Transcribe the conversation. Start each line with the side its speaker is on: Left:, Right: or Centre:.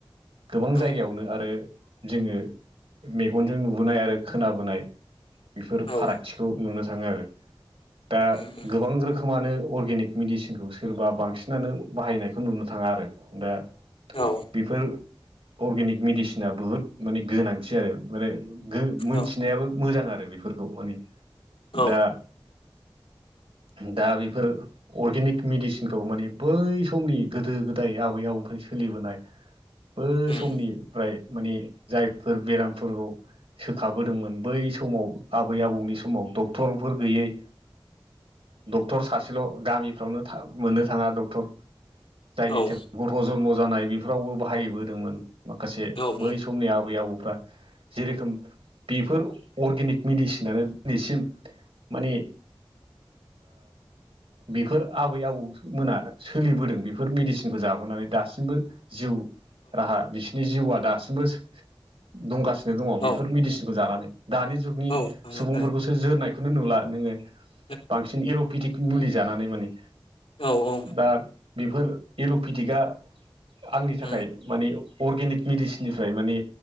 Right: गोबां
Left: औ
Right: जायगायावनो आरो जोंङो मेगनजों नुबोनाय आरो खोनाबोनाय बेफोर
Left: औ
Right: फाराग खाथिखौ नुनो थाङो आरो दा
Left: उम उम
Right: गोबां रोखोम रोखोमानो अर्गेनिक मेडिसिनखौ सोरबा बांसिनानो बाहायनायखौ नुनो थाङा आरो दा।
Left: औ।
Right: बेफोर अर्गेनिक मेडिसिना बुहुत माने गोनांथि आरो माने गो मोनथिनायाबो
Left: औ
Right: मोजां आरो बेफोरखौ माने
Left: औ
Right: दा दा बेफोर अर्गेनिक मेडिसिनखौ माने बै समनि गोदो गोदाय आबै आबौनिफ्राय सोलिबोनाय बै
Left: उम
Right: समनिफ्राय माने जायफोर बेरामफोरखौ सोखाबोदोंमोन बै समाव आबै आबौनि समाव डक्टरफोर गैयै <inaudible> डक्टर सासेल' गामिफ्रावनो था मोननो थाङा डक्टर जायनि
Left: औ औ
Right: थे गथ' जन्म जानाय बेफोरावबो बाहायबोदोंमोन माखासे
Left: नों
Right: बै समनि आबै आबौफ्रा। जेरोखोम बेफोर अर्गेनिक मेडिसिनानो दिनैसिम माने बेफोर आबै आबौ मोना सोलिबोदों बेफोर मेडिसिनखौ जाबोनानै दासिमबो जिउ राहा बिसोरनि जिउआ दासिमबो दंगासिनो दङ
Left: औ
Right: बेफोर मेडिसिनखौ जानानै। दानि जुगनि
Left: औ नंगौ
Right: सुबुंफोरखौसो
Left: थारैनो औ
Right: जोरनायखौनो नुला नोंङो
Left: औ
Right: बांसिन एल'पिटिक मुलि जानानै माने
Left: औ
Right: दा बेफोर एर'पेटिकआ आंनि थाखाय
Left: उम
Right: माने अर्गेनिक मेडिसिननिफ्राय माने